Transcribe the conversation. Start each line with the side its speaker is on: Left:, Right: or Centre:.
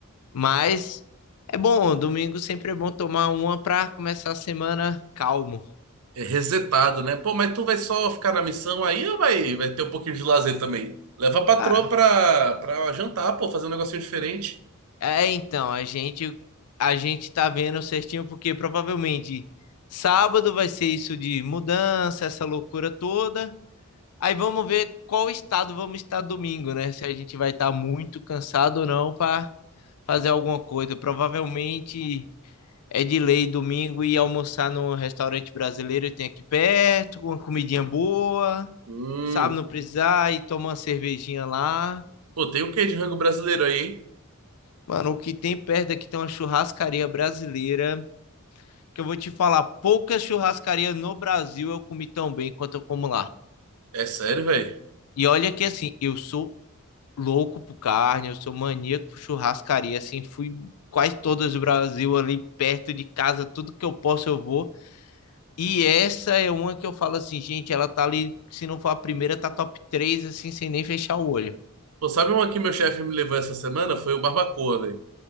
Left: Mas é bom, domingo sempre é bom tomar uma para começar a semana calmo.
Right: É resetado, né? Pô, mas tu vai só ficar na missão aí ou vai, vai ter um pouquinho de lazer também? Leva a patroa
Left: Ah,
Right: pra, pra jantar, pô, fazer um negocinho diferente.
Left: é então, a gente a gente tá vendo certinho porque provavelmente sábado vai ser isso de mudança, essa loucura toda. Aí vamos ver qual estado vamos estar domingo, né? Se a gente vai estar muito cansado ou não para fazer alguma coisa. Provavelmente é de lei domingo ir almoçar no restaurante brasileiro que tem aqui perto, com uma comidinha boa,
Right: Hum.
Left: sabe? Não precisar e tomar uma cervejinha lá.
Right: Pô, tem o quê de rango brasileiro aí, hein?
Left: Mano, o que tem perto aqui tem uma churrascaria brasileira, que eu vou te falar, poucas churrascarias no Brasil eu comi tão bem quanto eu como lá.
Right: É sério, velho?
Left: E olha que assim, eu sou louco por carne, eu sou maníaco por churrascaria, assim, fui quase todas do Brasil ali perto de casa, tudo que eu posso eu vou. E essa é uma que eu falo assim, gente, ela tá ali, se não for a primeira, tá top 3 assim, sem nem fechar o olho.
Right: Pô, sabe uma que meu chefe me levou essa semana? Foi o Barbacoa, velho.